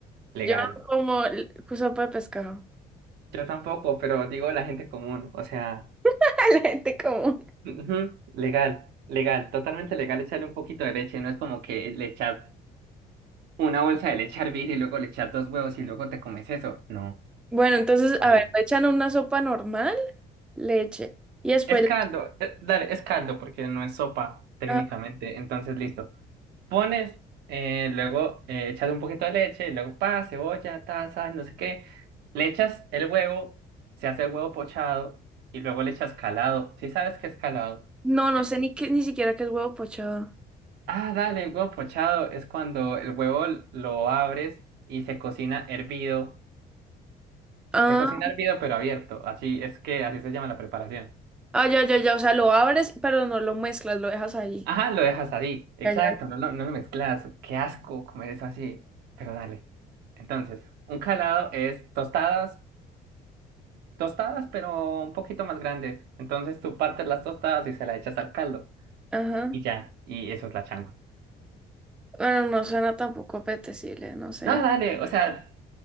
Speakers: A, on the right; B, in the centre.
A: legal.
B: Yo como l- sopa de pescado.
A: Yo tampoco, pero digo la gente común, o sea,
B: <laughs> La gente común.
A: ujú, legal, legal, totalmente legal echarle un poquito de leche, no es como que le echas una bolsa de leche hervir y luego le echas dos huevos y luego te comes eso, no.
B: Bueno, entonces,
A: Vale.
B: a ver, le echan una sopa normal, leche. Y después,
A: Es caldo, eh, dale, es caldo porque no es sopa técnicamente,
B: ah,
A: entonces listo. Pones, eh, luego eh, echas un poquito de leche, luego pa, cebolla, taza, no sé qué, le echas el huevo, se hace el huevo pochado y luego le echas calado, si sabes que es calado?
B: no,
A: Eh,
B: no sé ni qué, ni siquiera qué es huevo pochado.
A: Ah, dale, huevo pochado es cuando el huevo l- lo abres y se cocina hervido.
B: Ah,
A: Se cocina hervido pero abierto, así es que así se llama la preparación.
B: ah, ya, ya, ya. O sea, lo abres, pero no lo mezclas, lo dejas ahí.
A: Ajá, lo dejas así, exacto,
B: Ya, ya.
A: no lo, no lo mezclas. Qué asco comer eso así, pero dale. Entonces, un calado es tostadas, tostadas pero un poquito más grandes. Entonces tú partes las tostadas y se las echas al caldo
B: Ajá.
A: y ya, y eso es la changua.
B: Bueno, no suena tampoco apetecible, no sé.
A: No, dale, o sea,